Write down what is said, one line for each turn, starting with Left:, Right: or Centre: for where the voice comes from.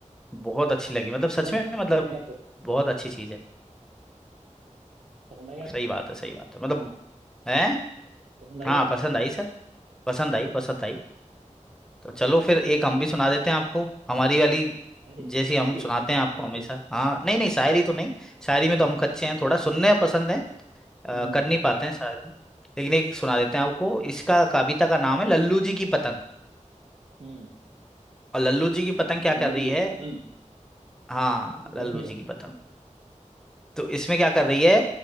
Centre: बहुत अच्छी लगी मतलब
Right: पसंद
Centre: सच
Right: आई
Centre: में
Right: पसंद
Centre: मतलब
Right: आई आपको
Centre: बहुत अच्छी चीज़ है
Right: पसंद आई आपको
Centre: सही बात है सही बात है मतलब है
Right: पसंद आई
Centre: हाँ
Right: आपको
Centre: पसंद आई सर पसंद
Right: अच्छा
Centre: आई पसंद आई तो चलो
Right: ठीक
Centre: फिर एक
Right: है
Centre: हम भी सुना देते हैं आपको हमारी वाली
Right: शायरी
Centre: जैसी हम
Right: शायरी
Centre: सुनाते हैं आपको हमेशा हाँ नहीं नहीं शायरी तो नहीं शायरी में
Right: हम्म
Centre: तो हम कच्चे हैं थोड़ा सुनने पसंद है अ,
Right: हम्म
Centre: कर नहीं पाते हैं शायरी लेकिन एक सुना देते हैं आपको इसका कविता का नाम है लल्लू जी की पतंग
Right: हम्म
Centre: और लल्लू जी की पतंग क्या
Right: लल्लू
Centre: कर रही
Right: जी
Centre: है
Right: की पतंग
Centre: हाँ
Right: बढ़िया
Centre: लल्लू जी की पतंग तो इसमें क्या कर रही है